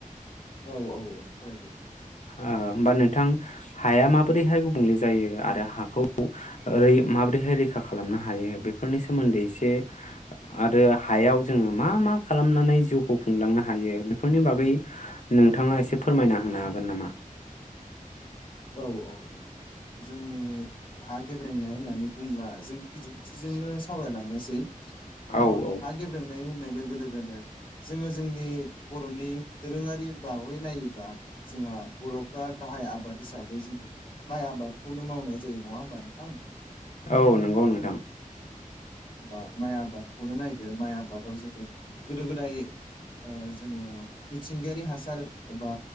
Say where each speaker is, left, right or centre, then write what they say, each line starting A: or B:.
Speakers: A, on the left (about 35°); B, on the left (about 55°).
A: औ औ औ फरायदो
B: आ होनबा नोंथां थां हाया माबोरैहाय गुबुंले जायो आरो हाखौ ओरै माबोरैहाय रै रैखा खालामनो हायो बेफोरनि सोमोन्दै एसे आरो हायाव जोङो मा मा खालामनानै जिउखौ खुंलांनो हायो बेफोरनि बागै नोंथाङा एसे फोरमायना होनो हागोन नामा?
A: औ औ औ जोंनि हा गेब्रेंनाय होननानै बुंब्ला जों बिदिन्थिजोंनो सावरायलांनोसै । अ
B: औ औ
A: हा गेब्रेनाय होननाय लोगो लोगोनो जोङो जोंनि बर'नि दोरोङारि बागै नायोब्ला जोंहा बर'फ्रा गाहाय आबाद हिसाबै जोङो माइ आबादखौनो मावनाय जायो नङा होमबा नोंथां?
B: औ नंगौ नोंथां
A: बा माइ आबादखौनो नायदो माइ आबादाव जोङो गोदो गोदाय ओ जोङो मिथिंगायारि हासार एबा